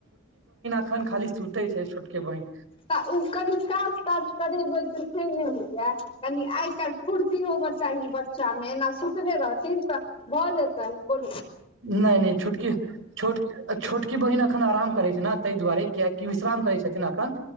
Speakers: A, on the right (about 70°); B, on the left (about 25°).
A: एखन खाली सुते छैय छोट। के बहिन।
B: तऽ ओ कनि काज-ताज करेबै तऽ से नइ होइया। कनि आइ-काल्हि फूर्ती होबऽ चाही बच्चा में, एना सुतले रहत। थिन त भऽ जेतैन को।
A: नइ- नइ छोटकी छोट, छोटकी बहिन अखन आराम करैत छैय ने ताहि दुआरे। कियाकि विश्राम करैय छथिन अखन